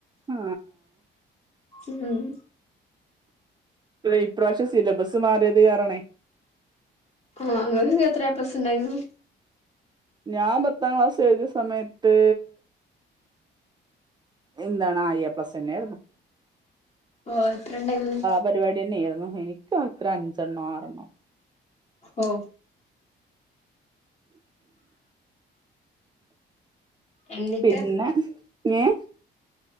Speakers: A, on the right; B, on the left.
A: ആ
B: ഉം
A: <unintelligible> ഇപ്രാശ്യം സിലബസ്മാറിയത് കാരണേ
B: ആ ഇങ്ങക്കൊക്കെത്ര എ പ്ലസ്സ് ണ്ടായിന്നു
A: ഞാൻ പത്താംക്ലാസ് എഴുതിയ സമയത്ത് എന്താണ എപ്ലസെന്നെര്ന്നു
B: ഓ എത്രണ്ടായിന്നു
A: പരിപാടിന്നെരുന്നു എനിക്കെത്ര അഞ്ചെണ്ണോ ആറെണ്ണോ
B: ഓ എന്നിട്ട്
A: പിന്നെ ഏ